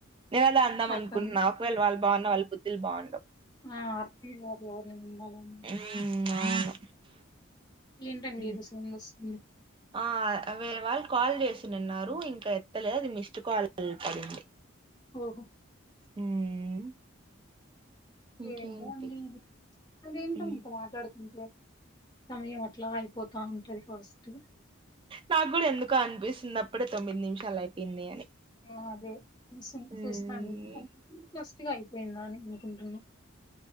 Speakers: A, on the right; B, on the left.
A: నేను అలా అందాం
B: అర్థం
A: అనుకున్నా
B: కాదు
A: ఒక్వేళ్ వాళ్ బా ఉన్న వాళ్ బుద్దుల్ బా ఉండవ్
B: ఆ అర్తి అదే <unintelligible>
A: ఉమ్ అవును
B: ఏంటండి
A: ఉమ్.
B: ఏదో సౌండ్ వస్సుంది
A: ఆ వేరే వాళ్ కాల్ జేసినున్నారు ఇంక ఎత్తలే అది మిస్ట్ కాల్ ల్ పడింది.
B: ఓహో
A: ఉమ్ ఇంకేంటి
B: ఏంటో అండి ఇది అదేంటో
A: ఉమ్.
B: మీతో మాట్లాడుతుంటే సమయం అట్లా అయ్ పోతా ఉంటంది ఫస్టు
A: నాగ్గూడ ఎందుకో అన్పిస్సుంది అప్పుడే తొమ్మిద్ నిమ్షాల్ అయ్పోయింది అని
B: ఆ అదే చూసి
A: ఉమ్
B: చూసాం అప్పుడు ఫస్ట్గా అయిపోయిందనుకుంటున్నాం